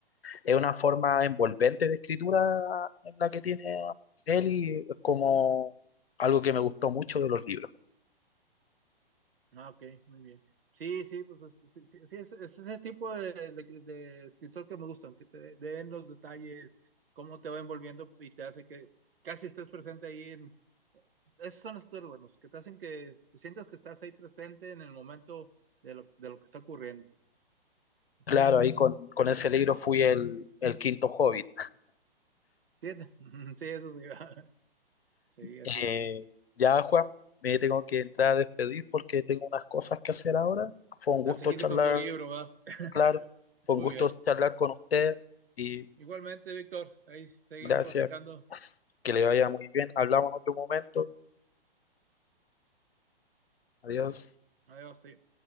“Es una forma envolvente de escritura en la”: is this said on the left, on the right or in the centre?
Left